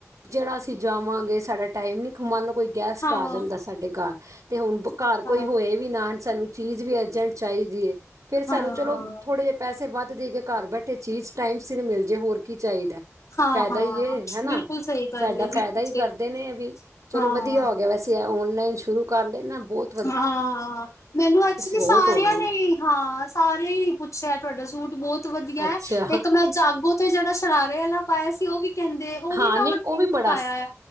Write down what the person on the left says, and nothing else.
ਹਾਂ,
ਹਾਂ,
ਹਾਂ।
ਹਾਂ-ਹਾਂ,
ਬਿਲਕੁਲ ਸਹੀ ਗੱਲ
ਏ, ਬਿਲਕੁਲ
ਸਹੀ
ਗੱਲ ਏ,
ਹਾਂ।
ਹਾਂ ਮੈਨੂੰ ਅਕਚਲੀ
ਸਾਰੇਆਂ
ਨੇ ਹਾਂ ਸਾਰਿਆਂ ਨੇ ਈ ਪੁੱਛਿਆ ਤੁਹਾਡਾ ਸੂਟ ਬੋਤ ਵਧੀਆ
ਐ, ਇੱਕ ਮੈਂ ਜਾਗੋ ਤੇ ਜਿਹੜਾ ਸ਼ਰਾਰੇ ਨਾਲ ਪਾਇਆ ਸੀ ਉਹ ਵੀ ਕਹਿੰਦੇ ਉਹ
ਵੀ ਮੈਂ
ਔਨਲਾਈਨ
ਮੰਗਾਇਆ
ਆ।